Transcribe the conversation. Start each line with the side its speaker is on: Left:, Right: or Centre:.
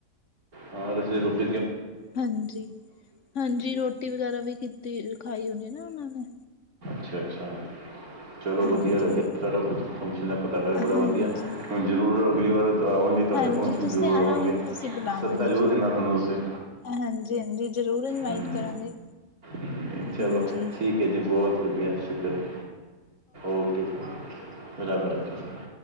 Right: ਹਹ ਰਸੀ ਰੁਪ
Left: ਹਾਂਜੀ ਹਾਂਜੀ ਰੋਟੀ ਵਗੈਰਾ ਵੀ ਕੀਤੀ ਖਾਈ ਹੋਣੀ ਨਾ ਉਹਨਾਂ ਨੇ
Right: ਅੱਛਾ ਅੱਛਾ ਚਲੋ
Left: ਹਾਂਜੀ
Right: ਵਧੀਆ ਲੱਗਿਆ ਤੁਹਾਡਾ ਫੰਕਸ਼ਨ ਦਾ ਪਤਾ ਕਰੇ
Left: ਹਾਂਜੀ
Right: ਬੜਾ ਵਧੀਆ ਜ਼ਰੂਰ ਅਗਲੀ ਵਾਰ ਤੋਂ ਆਵਾਂਗੇ ਤੁਹਾਡੇ
Left: ਹਾਂਜੀ
Right: ਫੰਕਸ਼ਨ
Left: ਤੁਸੀਂ
Right: ਜ਼ਰੂਰ
Left: ਆਣਾ
Right: ਆਵਾਂਗੇ
Left: ਹੁਣ ਅਸੀਂ ਬੁਲਾਵਾਂਗੇ
Right: ਸੱਦਾ ਜ਼ਰੂਰ ਦਿੰਣਾ ਹਾਹੁੰਾਨੂੰ ਤੁਸੀਂ
Left: ਹਾਂਜੀ ਹਾਂਜੀ ਜ਼ਰੂਰ ਇਨਵਾਈਟ
Right: ਹਮ,
Left: ਕਰਾਂਗੇ
Right: ਹਮ, ਚਲੋ
Left: ਹਾਂਜੀ
Right: ਠੀਕ ਹੈ ਜੀ ਬਹੁਤ ਵਧੀਆ ਸ਼ੁਕਰਆ ਓਕੇ ਜੀ। ਰੱਬ ਰਾਖਾ